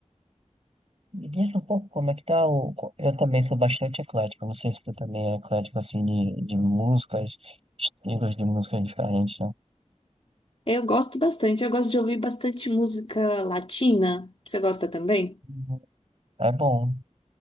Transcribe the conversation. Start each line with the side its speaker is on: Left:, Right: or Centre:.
Right: Me diz um pouco como é que tá o... co- Eu também sou bastante eclético, não sei se tu também é eclético, assim, de, de músicas, estilos de músicas diferentes, né?
Left: Eu gosto bastante, eu gosto de ouvir bastante música latina. Você gosta também?
Right: Uhum. É bom.